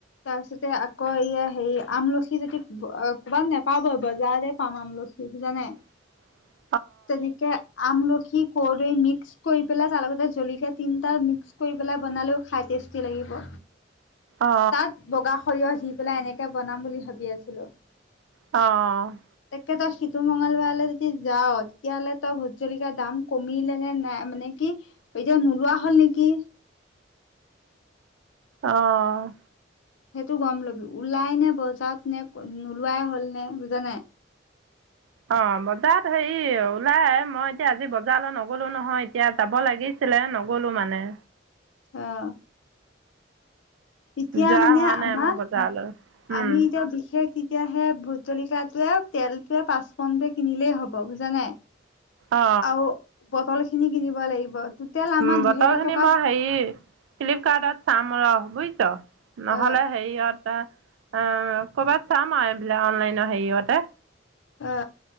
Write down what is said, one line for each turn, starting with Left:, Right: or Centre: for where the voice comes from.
Left: তাৰপিছতে আকৌ এয়া হেৰি আমলখি যদি ক'ৰবাত নেপাবই বজাৰতহে পাম আমলখি বুজিছা নে
Right: <inaudible>
Left: তেনেকে আমলখি কৰদৈ মিক্স কৰি পেলাই তাৰ লগতে জলকীয়া তিনিটা মিক্স কৰি পেলাই বনালেও খাই টেচতি লাগিব
Right: অ
Left: তাত বগা সৰিয়হ দি পেলাই এনেকে বনাম বুলি ভাবি আছিলো।
Right: অঁ।
Left: তেতিয়া তই সিটো মঙলবাৰলৈ যদি যাও তেতিয়াহ'লে তই ভোট জলকীয়া দাম কমিলে নে নাই মানে কি এতিয়া নোলোৱা হ'ল নেকি
Right: অঁ
Left: সেইটো গম ল'বি ওলাই নে বজাৰত নে নোলোৱাই হ'ল নে বুজা নাই?
Right: অঁ বজাৰত হেৰি ওলাই মই এতিয়া আজি বজাৰলৈ নগলো নহয় এতিয়া যাব লাগিছিলে নগলো মানে।
Left: অহ তেতিয়া
Right: যোৱা
Left: মানে
Right: হোৱা নাই
Left: আমাৰ
Right: মই বজাৰলৈ উম
Left: আমি এতিয়া বিশেষ এতিয়া সেই ভোট জলকীয়া টোৱে তেলটোৱে পাঁচপূৰনটোৱে কিনিলেই হ'ব বুজা নাই
Right: অ
Left: আৰু বটল খিনি কিনিব লাগিব। টোটেল আমাৰ
Right: উম
Left: দুহেজাৰ
Right: বটল খিনি
Left: টকাত
Right: মই হেৰি ফ্লিপকাৰ্টত চাম ৰহ বুজিছ নহলে
Left: অ
Right: হেৰিয়ত অ কৰ'ৰবাত চাম আৰু এইবিলাক অনলাইনৰ হেৰিয়তে
Left: অ